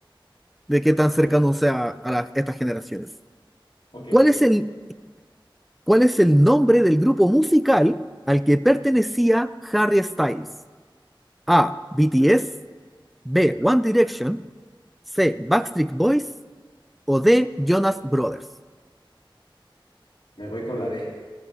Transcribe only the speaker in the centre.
de qué tan cercano
sea a las- estas generaciones.
¿Cuál
es el ¿Cuál es el nombre del grupo musical al que pertenecía Harry Styles? A. BTS. B. One Direction. C. Backstreet Boys. O D. Jonas Brothers.